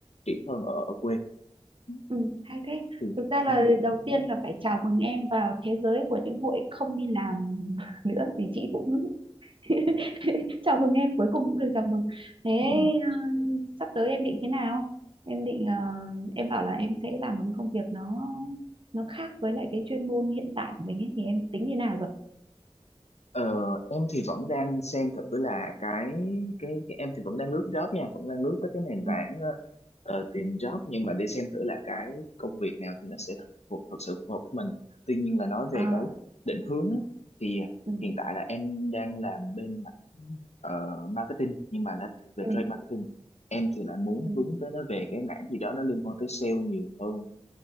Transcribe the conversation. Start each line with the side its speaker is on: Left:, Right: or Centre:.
Left: triển hơn ở ở quê Ừ.
Right: Ừ, hay thế.
Left: thì
Right: Thực ra là
Left: ừ,
Right: đầu tiên là phải chào mừng em vào thế giới của những hội không đi làm nữa vì chị cũng <laughs> chào mừng em cuối cùng cũng được chào mừng. Thế
Left: ừ.
Right: ờ, sắp tới em định thế nào? Em định ờ, em bảo là em sẽ làm một cái công việc nó nó khác với lại cái chuyên môn hiện tại của mình ấy thì em tính như nào rồi?
Left: Ờ, em thì vẫn đang xem thử là cái cái cái em thì vẫn đang lướt job nha, vẫn đang lướt tới cái nền
Right: Ừ.
Left: tảng ờ, ờ, tìm job nhưng mà để xem thử là cái công việc nào thì nó sẽ thật, thật sự phù hợp với mình. Tuy nhiên là nói về
Right: À,
Left: cái định hướng ấy, thì
Right: ừ,
Left: hiện tại là em đang làm bên mảng ờ, marketing nhưng mà là về
Right: ừ.
Left: trade marketing. Em thì lại muốn
Right: ừ.
Left: hướng tới nó về cái mảng gì đó nó liên quan tới sale nhiều hơn